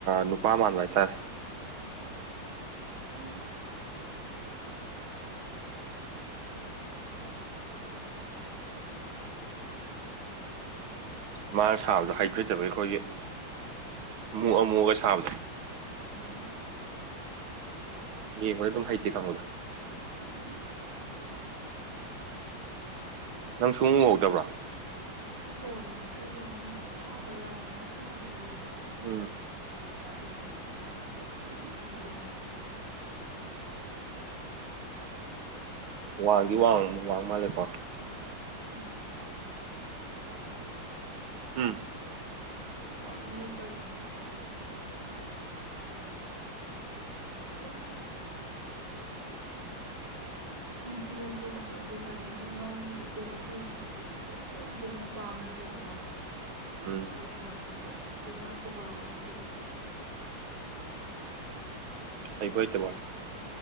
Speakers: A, on the right; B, on the right.
A: ꯅꯨꯄꯥ ꯃꯥꯟꯕ ꯍꯥꯏꯇꯥꯔꯦ
B: ꯍꯣꯏ ꯁ
A: ꯃꯥꯅ ꯁꯥꯕꯗꯣ ꯍꯥꯏꯗ꯭ꯔꯦꯠꯇꯕ ꯑꯩꯈꯣꯏꯒꯤ ꯑꯃꯨꯛ ꯑꯃꯨꯑꯒ ꯁꯥꯕꯗꯣ
B: ꯑꯥ
A: ꯌꯦ ꯃ ꯇꯨ ꯍꯥꯏꯍꯤꯇꯦ ꯀ ꯃꯂ
B: ꯎꯝ
A: ꯅꯪ ꯁꯨꯡꯉꯨꯍꯧꯗꯕ꯭ꯔꯥ
B: ꯍꯣꯏꯃꯤ ꯑꯩꯒꯅꯦ ꯑꯍꯥꯟꯕ ꯔꯥꯎꯟ ꯑꯃ ꯁꯥꯏ ꯍꯥꯏꯕꯗꯣ
A: ꯎꯝ
B: ꯑꯗꯨꯗꯨꯅꯦ ꯑꯩ ꯅꯥꯀꯟꯗ ꯄ ꯄ ꯄ ꯆꯣꯡꯉꯝꯕꯅꯦꯕ
A: ꯋꯥꯒꯤ ꯋꯥ ꯋꯥ ꯃꯥꯂꯦꯀꯣ
B: ꯎꯝ
A: ꯎꯝ
B: ꯑꯣ ꯀꯥꯏꯅꯤ ꯀꯣꯝ ꯇ ꯎ
A: <inaudible>
B: ꯄꯤ ꯑꯃ ꯆꯣꯡꯉꯝꯕꯅꯦ ꯑꯗꯨꯒ ꯃꯥꯏꯕꯤꯅ ꯃꯥꯒꯤ ꯀꯩꯅꯣ ꯆꯣꯡꯕꯒꯤꯪ ꯆꯣꯡꯕ ꯄꯥꯝꯃꯦꯦ ꯀꯣ
A: ꯎꯝ
B: ꯂꯣꯏꯁꯤꯜꯂꯛꯄꯒꯤ ꯑꯗꯨ ꯃꯥꯅ ꯆꯣꯡꯒꯠꯂꯛꯄꯁꯦ ꯀꯨꯏꯅꯗꯤ ꯑꯁ ꯆꯣꯡꯉꯣꯀꯣ
A: ꯑꯩꯕꯨꯣꯏꯇ
B: ꯑꯗꯨꯗꯤ
A: ꯋꯥ